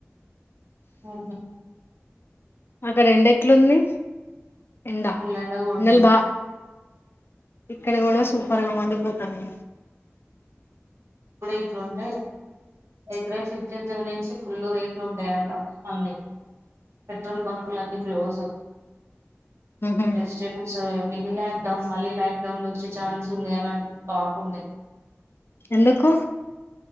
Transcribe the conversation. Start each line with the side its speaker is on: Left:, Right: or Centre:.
Right: ఆహా
Left: అక్కడ ఎండ ఎట్లుంది ఎండ
Right: ఫుల్ కొడుతుంది
Left: ఎండలు బా ఇక్కడ కూడా సూపర్గా మందిపోతాము
Right: ఇప్పుడే ఇట్లా ఉంటే ఏప్రిల్ ఫిఫ్టీన్ నుంచి ఫుల్ రేట్లు ఉంటాయంట మన్లీ పెట్రోల్ బంకులున్నీ క్లోజ్
Left: ఉహు
Right: వెజిటబల్స్ మనిలా ౌన్ మలీ ౌ వచ్చే ఛాన్స్ ఉంది అని టాక్ ఉంది
Left: ఎందుకు